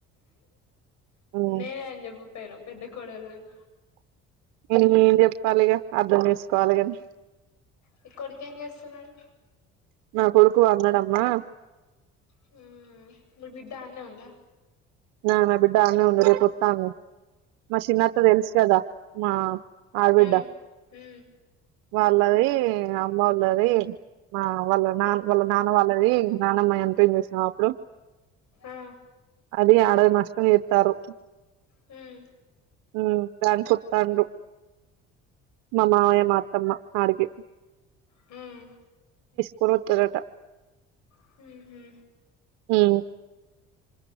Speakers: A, on the right; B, on the left.
A: ఉమ్,
B: నేనే అన్ చెబు పెను పెద్ద కోడల్ననీ
A: ఎ నేనేం జెప్పాలిగ అర్ధం చేసుకోవాలి గాన్
B: నీ కొడుకు ఏం చేస్తున్నాడు
A: నా కొడుకు అన్నాడంమ్మా
B: హ్మ్ మీ బిడ్డ అన్నే ఉందా
A: నా నా బిడ్డ అన్నే ఉన్నది రేపోతాంది మ షిన్నత్త తెలుసు గదా మా ఆడబిడ్డ
B: హు హు
A: వాళ్ళది అమ్ములది మా వాళ్ళ నాన్ వాళ్ళ నాన్న వాళ్ళది నానమ్మ ఎంత్ పెన్జేసిన అప్పుడు
B: ఆ
A: ఎ ఆడ నష్టం ఎత్తారు
B: హ్మ్
A: హూ దాన్ సోప్తండ్రు మా మావయ్య మా అత్తమ్మ అడికే
B: మ్
A: కోరోత్తరాట
B: హు హూ
A: ఉ